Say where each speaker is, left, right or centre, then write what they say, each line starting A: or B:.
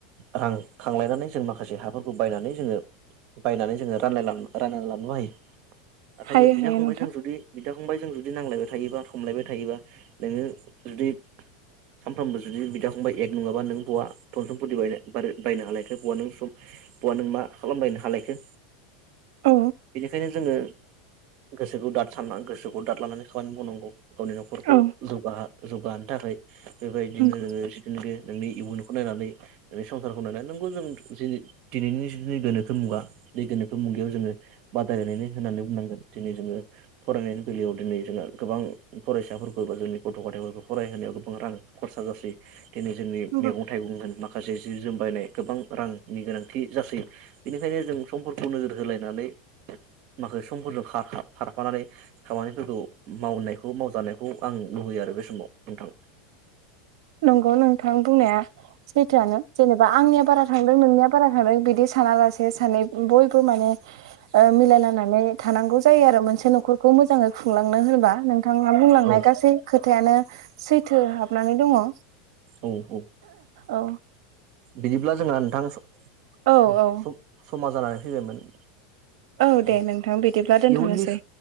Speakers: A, on the right (about 40°); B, on the right (about 65°).
A: रां खांलायनानै जों माखासे हाफोरखौ बायनानै जों जोङो बायनानै जोङो रानलायना रानना लानोबो हायो नाथाय
B: हायो
A: जों बिदा
B: हायो
A: फंबाय
B: नोंथां
A: जों जुदि बिदा फंबायजों जुदि नांलायबाय थायोबा थमलायबाय थायोबा नोङो जुदि सानफ्रोमबो जुदि बिदा फंबाय एक नङाबा नों बवा धनसम्पति बाय बारो बायनो हालायखो बवा नों सम बवा नों मा खालामबायनो हालायखो?
B: औ
A: बेनिखायनो जोङो गोसोखौ दाद सान्ना गोसोखौ दाद लानानै खामानि मावनांगौ। गावनि न'खरखौ
B: औ
A: जौगाहो-जौगाहोनो थाखाय बेबायदिनो
B: नंगौ
A: <unintelligible> नोंनि इयुनखौ नायनानै नोंनि संसारखौ नायनानै नोंगौ जों जिनि दिनैनि जनि गोनोखो मुगा दै गोनोखो मुगायाव जोङो बादायलायनायनि होननानै बुंनांगोन दिनै जोङो फरायनायनि बेलायाव दिनै जोंहा गोबां फरायसा फोरबोबो जोंनि गथ' गथायफोरखो फरायहोनायाव गोबां रां खरसा जासै दिनै जोंनि
B: नंगौ
A: मैगं-थाइगं होन मा खासे जि जोम बायनाय गोबां रां नि गोनांथि जासै। बेनिखायनो जों समफोरखौ नोजोर होलायनानै माखासे समफोरजों खार खाब खारफानानै खामानिफोरखौ मावनायखौ मावजानायखौ आं लुबैयो आरोबे समाव नोंथां। <inaudible>
B: नंगौ नोंथां बुंनाया सैथोआनो जेनेबा आंनिया बारा थांदों नोंनिया बारा थादों बिदि सानालासे सानै बयबो माने ओ मिलायलायनानै थानांगौ जायो आरो मोनसे न'खरखौ खौ मोजाङै खुंलांनो होनोबा। नोंथाङा बुंलांनाय
A: औ
B: गासै खोथायानो सैथो हाबनानै दङ।
A: औ औ।
B: औ
A: बिदिब्ला जोंहा नोंथां स-स-समा
B: औ औ
A: जानानै फैबायमोन।
B: औ दे
A: उम
B: नोंथां बिदिब्ला दोनथ'नोसै
A: इयुननि